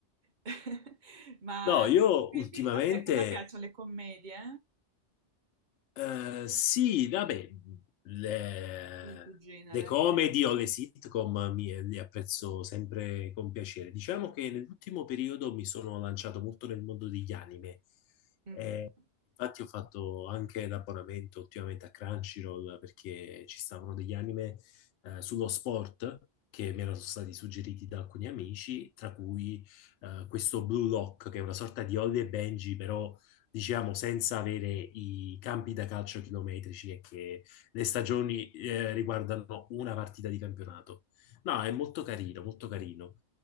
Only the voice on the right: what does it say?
<laughs> Ma
quindi
a te cosa piacciono le commedie?
Il tuo genere?
Mhm.